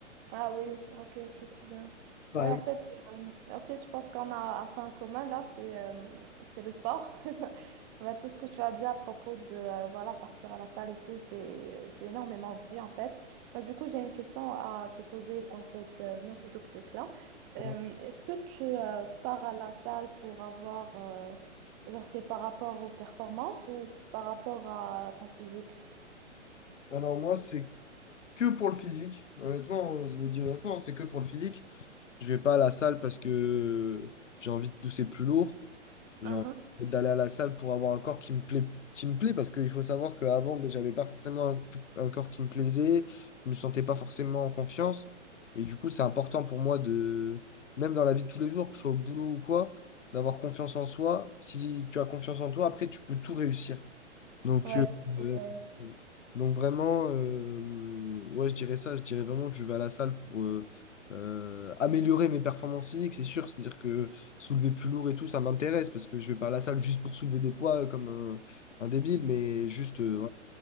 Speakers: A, on the right; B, on the left.
A: Ah oui, ok, ok, trop bien.
B: Par
A: Oui, en
B: exemple,
A: fait, euh, en fait, je pense qu'on a un peu en commun là, c'est euh, c'est le sport. <laughs> Bah, tout ce que tu as dit à propos de euh, voilà, partir à la salle et tout, c'est c'est énormément vrai en fait. Moi, du coup, j'ai une question à te poser dans cette, euh, dans cette optique-là. Euh,
B: euh,
A: est-ce que tu euh, pars à la salle pour avoir, euh, genre, c'est par rapport aux performances ou par rapport à ton physique?
B: alors moi, c'est que pour le physique. Honnêtement, je le dis honnêtement, c'est que pour le physique. Je vais pas à la salle parce que j'ai envie de pousser plus lourd. J'ai
A: Mhm.
B: envie d'aller à la salle pour avoir un corps qui me plaît, qui me plaît parce qu'il faut savoir qu'avant, ben, j'avais pas forcément un, un corps qui me plaisait, je me sentais pas forcément en confiance. Et du coup, c'est important pour moi de, même dans la vie de tous les jours, que ce soit au boulot ou quoi, d'avoir confiance en soi. Si tu as confiance en toi, après, tu peux tout réussir. Donc,
A: Ouais, c'est trop
B: euh,
A: vrai.
B: donc vraiment, euh, ouais, je dirais ça. Je dirais vraiment que je vais à la salle pour euh, euh, améliorer mes performances physiques, c'est sûr. C'est-à-dire que soulever plus lourd et tout, ça m'intéresse parce que je vais pas à la salle juste pour soulever des poids euh, comme un, un débile, mais juste, euh, ouais.